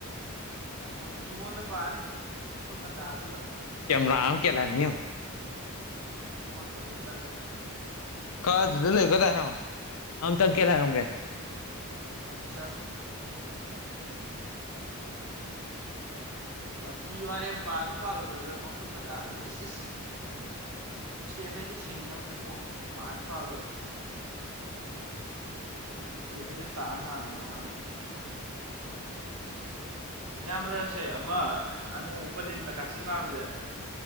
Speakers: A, on the right; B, on the left.
A: ꯑꯁꯣꯝꯅ ꯃꯤꯉꯣꯟꯗ ꯄꯥꯅꯤ ꯃꯈꯈꯨꯠ ꯃꯇꯥꯗꯨ
B: ꯀꯔ ꯀꯂꯅꯤꯣ
A: ꯎꯝ ꯍꯣꯁꯨꯦ ꯍꯦꯛ ꯇꯠꯂꯦ
B: ꯀ ꯀꯗꯅ ꯑ ꯇꯪ ꯀꯦ ꯂꯩꯒꯦ
A: ꯁꯦ ꯋꯥꯊꯤ ꯋꯥꯔꯦꯝ ꯄꯥꯁꯨ ꯄꯥꯜꯔꯣꯏꯗꯧꯗ ꯃꯈꯨꯠ ꯃꯇꯥꯗ ꯏꯁ ꯏꯁ ꯎꯆꯦꯛꯈꯩꯁꯦ ꯁꯤꯡꯅꯕꯅꯦ ꯏꯕꯨꯡꯣ ꯄꯥꯅ ꯄꯥꯜꯂꯣꯏ ꯁꯤ ꯀꯖꯤ ꯇꯥꯥꯟ ꯇꯥ ꯇ ꯃꯥꯅ
B: ꯑ
A: ꯏꯌꯥꯝꯕ꯭ꯔꯁꯦ ꯑꯃ ꯑꯅꯨ ꯎꯄ ꯂꯤꯟ ꯇ ꯀꯥꯁꯤꯃꯝꯁꯦ